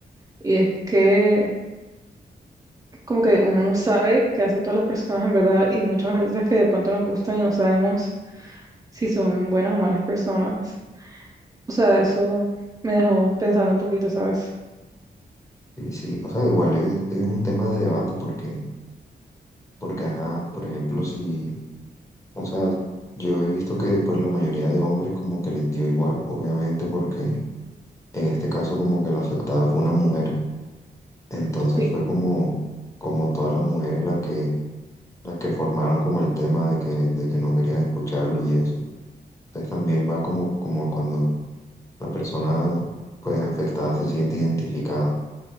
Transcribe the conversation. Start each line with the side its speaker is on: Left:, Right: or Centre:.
Right: y es que... como que uno no sabe qué hacen todas las personas en verdad y muchos artistas que de pronto nos gustan y no sabemos si son buenas o malas personas. O sea, eso me dejó pensando un poquito, ¿sabes?
Left: Sí, sí, o sea, igual es, es un tema de debate porque, porque ajá, por ejemplo, si, o sea, yo he visto que pues la mayoría de hombres como que les dio igual, obviamente, porque en este caso como que la afectada fue una mujer. Entonces
Right: Sí.
Left: fue como, como todas las mujeres las que, las que formaron como el tema de que, de que no querían escucharlo y eso. Entonces también va como, como cuando la persona pues afectada se siente identificada.